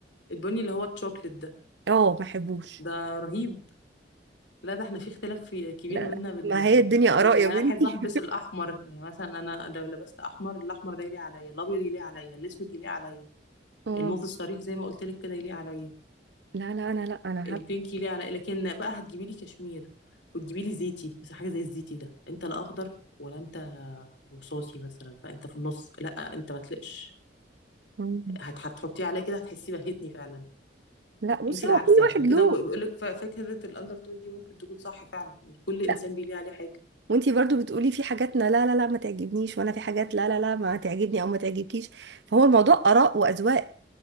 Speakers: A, on the left; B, on the right.
A: البني اللي هو الشوكليت ده
B: اه ما بحبوش
A: ده رهيب لا ده احنا في اختلاف في كبير
B: لا
A: بينا
B: لا
A: بين
B: ما
A: يعني
B: هي الدنيا اراء
A: انا
B: يا بنتي
A: احب البس الاحمر يعني مثلا انا لو لبست احمر الاحمر ده يليق عليا الابيض يليق عليا الاسود يليق عليا
B: <laughs> اه
A: الموف الصريح زي ما قلت لك كده يليق عليا
B: لا لا انا لا انا
A: البينك ليه على لكن بقى هتجيبي لي كشمير وتجيبي لي زيتي بس حاجه زي الزيتي ده انت لا اخضر ولا انت رصاصي مثلا فانت في النص لا انت ما تلقش
B: حتى
A: هت- هتحطيه عليا كده هتحسي بهتني فعلا
B: لا بصي
A: انت العكس
B: هو كل
A: عشان
B: واحد
A: كده
B: له
A: بقول لك ف- فكره الاندر تون دي ممكن تكون صح فعلا كل انسان
B: لا
A: بيليه عليه حاجه
B: وانتي برضو بتقولي في حاجاتنا لا لا لا ما تعجبنيش وانا في حاجات لا لا لا ما تعجبني او ما تعجبكيش فهو الموضوع اراء واذواق